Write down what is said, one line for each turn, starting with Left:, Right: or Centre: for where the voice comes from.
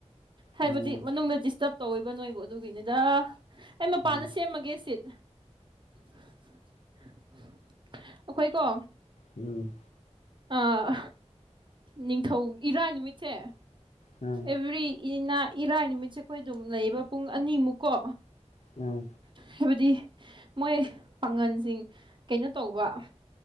Right: ꯍꯥꯏꯕꯗꯤ
Left: ꯎꯝ
Right: ꯃꯅꯨꯡꯗ ꯗꯤꯁꯇꯔꯕ ꯇꯧꯕ ꯅꯣꯏꯕꯨ ꯑꯗꯨꯒꯤꯅꯤꯗ ꯑꯩ ꯃꯄꯥꯟꯗ
Left: ꯎꯝ
Right: ꯁꯦꯝꯃꯒꯦ ꯑꯩꯈꯣꯏ ꯀꯣ
Left: ꯎꯝ
Right: ꯑꯥ ꯅꯤꯡꯊꯧ ꯏꯔꯥꯏ ꯅꯨꯃꯤꯠꯁꯦ
Left: ꯎꯝ
Right: ꯑꯦꯚ꯭ꯔꯤ ꯏꯅ ꯏꯔꯥꯏ ꯅꯨꯃꯤꯠꯁꯦ ꯑꯩꯈꯣꯏ ꯑꯗꯨꯝ ꯂꯩꯕ ꯄꯨꯡ ꯑꯅꯤꯃꯨꯛꯀꯣ
Left: ꯑꯥ
Right: ꯍꯥꯏꯕꯗꯤ ꯃꯣꯏ ꯄꯥꯉꯜꯁꯤꯡ ꯀꯩꯅꯣ ꯇꯧꯕ